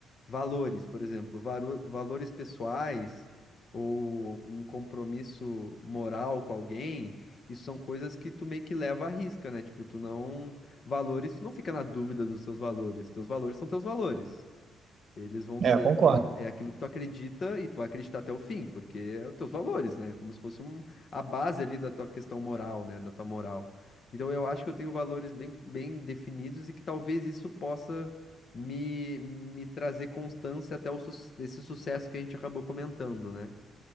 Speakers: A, on the left; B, on the right.
A: valores, por exemplo, varu- valores pessoais ou um compromisso moral com alguém, isso são coisas que tu meio que leva à risca, né? Tipo, tu não valores, tu não fica na dúvida dos seus valores. Teus valores são teus valores. Eles vão
B: É,
A: ser
B: eu concordo.
A: aque- é aquilo que tu acredita e tu vai acreditar até o fim, porque é os teus valores, né? É Como se fosse um, a base ali da tua questão moral, né? Da tua moral. Então eu acho que eu tenho valores bem, bem definidos e que talvez isso possa me, me trazer constância até o, sus- esse sucesso que a gente acabou comentando, né?